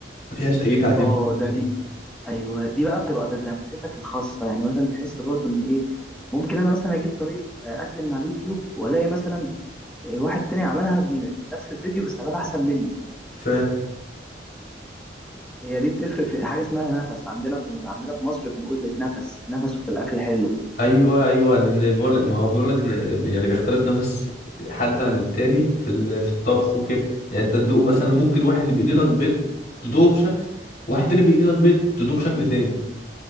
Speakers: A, on the left; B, in the centre.
A: ما فيهاش اي تعديل
B: اه
A: بعد
B: ده
A: كده.
B: دي ايوه دي بقى بتبقى لمستك الخاصه يعني مثلا تحس برضو ان ايه ممكن انا مثلا اجيب طريقه آه، اكل من على اليوتيوب والاقي مثلا آه، واحد تاني عملها بن- من نفس الفيديو بس عملها احسن مني
A: فا
B: هي دي بتفرق في حاجه اسمها نفس عندنا في عندنا في مصر بنقول ده نفس نفسه في الاكل حلو
A: ايوه ايوه لان بقول لك ما هو بيقول لك إن- يعني بيختلف نفس حد عن التاني في ال- في الطبخ وكده يعني انت تدوق مثلا ممكن واحد بيقلي لك بيض تدوقه بشكل واحد تاني بيقلي لك بيض تدوقه بشكل تاني